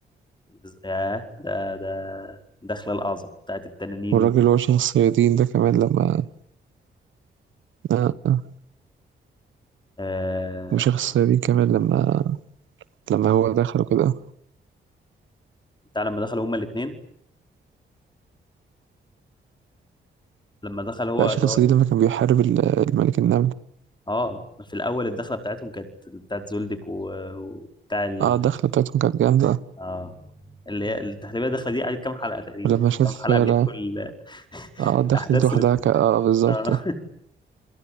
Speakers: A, on the left (about 25°); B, on the right (about 75°).
A: بز- ياه ده ده دخلة الأعظم بتاعت التنانين
B: والراجل
A: و...
B: اللي هو شيخ الصيادين ده كمان لما آه، آه.
A: آه...
B: وشيخ الصيادين كمان لما لما هو دخل وكده
A: بتاع لما دخلوا هما الاتنين لما دخل هو
B: لا شيخ
A: اللي
B: الصيادين
A: هو ال-
B: لما كان بيحارب ال- الملك النمل
A: اه في الأول الدخلة بتاعتهم كانت بتاعت زولدك و... وبتاع ال...
B: اه الدخلة بتاعتهم كانت جامدة
A: اه اللي هي التحليبية الدخلة دي قعدت كام حلقة تقريبا
B: ولما
A: يعني
B: شاف
A: كام حلقة
B: لا
A: بيحكوا ال...
B: اه الدخلة
A: الأحداث
B: دي لوحدها
A: اللي
B: ك... اه بالظبط
A: آه.